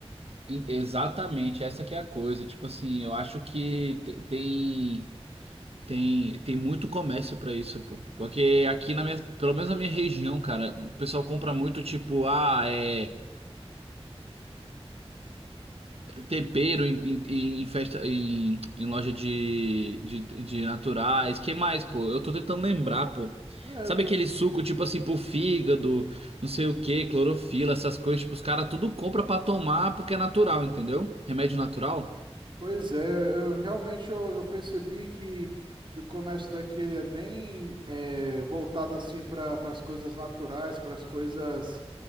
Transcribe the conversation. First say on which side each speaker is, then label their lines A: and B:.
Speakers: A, on the right; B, on the right.
A: e- exatamente, essa que é a coisa. Tipo assim, eu acho que te- tem. Tem, tem muito comércio pra isso, pô. Porque aqui na minha, pelo menos na minha região, cara, o pessoal compra muito tipo, ah, é tempero em, em- em festa em, em loja de, de, de naturais. Que mais, pô? Eu tô tentando lembrar, pô.
B: É,
A: Sabe
B: eu pens-
A: aquele suco tipo assim pro fígado, não sei o que clorofila, essas coisas, tipo, os caras tudo compra pra tomar porque é natural, entendeu? Remédio natural.
B: pois é, eu realmente eu, eu percebi que, que o comércio daqui ele é bem é, voltado assim para as coisas naturais, para as coisas